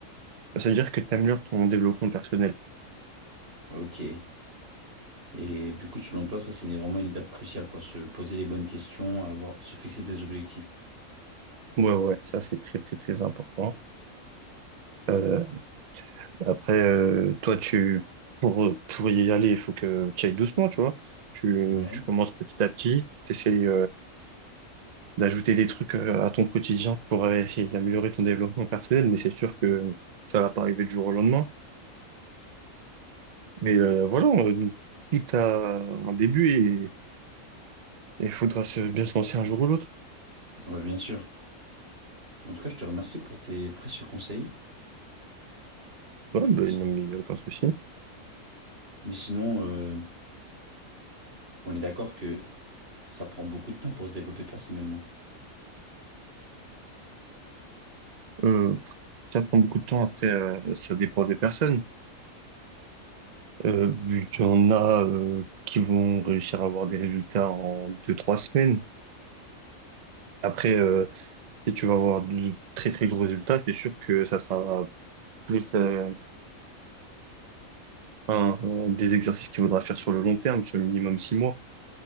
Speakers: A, on the right; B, on the right.
A: bah, ça veut dire que tu améliores ton développement personnel.
B: ok. Et du coup, selon toi, ça, c'est vraiment une étape cruciale, quoi. Se poser les bonnes questions, avoir, se fixer des objectifs.
A: Ouais, ouais, ça c'est très, très, très important. Euh, après, euh, toi, tu, pour, euh, pour y aller, il faut que tu ailles doucement, tu vois. Tu,
B: Ouais,
A: tu commences petit à petit, tu essayes d'ajouter des trucs euh, à ton quotidien pour euh, essayer d'améliorer ton développement personnel, mais c'est sûr que ça va pas arriver du jour au lendemain. Mais euh, voilà, on- tout a un début Et il faudra se- bien se lancer un jour ou l'autre.
B: ouais, bien sûr. En tout cas, je te remercie pour tes précieux conseils.
A: Ouais,
B: Je trouve
A: ben,
B: qu'ils sont...
A: non, mais il n'y a aucun souci.
B: Mais sinon, euh, on est d'accord que ça prend beaucoup de temps pour se développer personnellement.
A: Euh, ça prend beaucoup de temps. Après, euh, ça dépend des personnes. Euh, vu qu'il y en a euh, qui vont réussir à avoir des résultats en deux, trois semaines. Après, euh, si tu vas avoir de très, très gros résultats, c'est sûr que ça sera plus euh, un, un des exercices qu'il faudra faire sur le long terme, sur le minimum six mois.